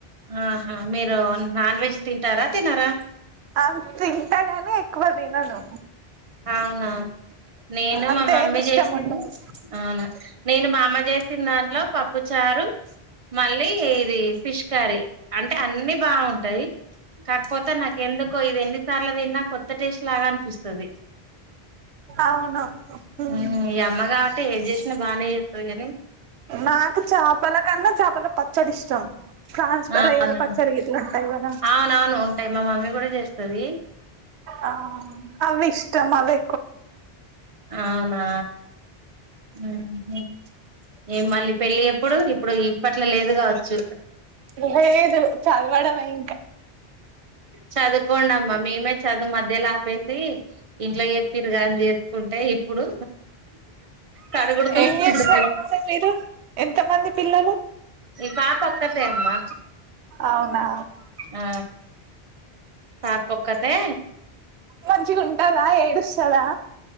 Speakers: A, on the right; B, on the right.
A: ఆహా మీరు నాన్ వెజ్ తింటారా తినరా
B: అ తింటాగాని ఎక్కువ తి నను
A: అవునా నేను
B: అంత
A: మా మమ్మీ
B: ఏమి ఇష్టం
A: చేసింది
B: ఉండదు
A: అవునా నేను మా అమ్మ చేసిన దాంట్లో పప్పు చారు మళ్ళీ ఇది ఫిష్ కర్రీ అంటే అన్నీ బాగుంటయి. కాకపోతే నాకు ఎందుకో ఇది ఎన్ సార్లు తిన్నా కొత్త టేస్ట్ లాగా అనిపిస్తది
B: అవును హ్మ్
A: ఉమ్ ఈ అమ్మ కాబట్టి ఏది చేసినా బాగానే చేస్తది కానీ
B: నాకు చేపల కన్నా చ పల పచ్చడి ఇష్టం ట్రాన్స్ఫర్
A: అవునా
B: అయ్యల పచ్చడి గిట్లా అంతా ఇవ్వనా
A: అవునవును ఉంటాయి మా మమ్మీ కూడా చేస్తది
B: ఆ అవి ఇష్టం అవే
A: అవునా ఊహూ ఏ మళ్ళీ పెళ్ళి ఎప్పుడు ఇప్పుడు ఇప్పట్ల లేదు గావచ్చు
B: ఎహే లేదు చదవడమే ఇంక
A: చదువుకోండమ్మా మేమే చదువు మధ్యలో ఆపేసి ఇంట్లో చెప్పిరుగా అని చేసుకుంటే ఇప్పుడు కడుగుడు తుడుచుడు
B: ఏం చేస్తారు మరి మీరు ఎంత మంది పిల్లలు
A: ఈ పాపక్కతే అమ్మా
B: అవునా
A: ఆ పాప ఒక్కతే
B: మంచిగా ఉంటదా ఏడుస్తదా